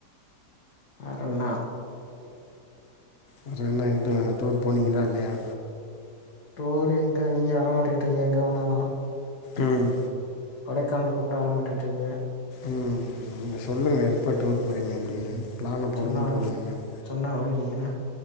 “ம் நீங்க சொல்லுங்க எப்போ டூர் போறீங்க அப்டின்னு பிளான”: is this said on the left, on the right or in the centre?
Left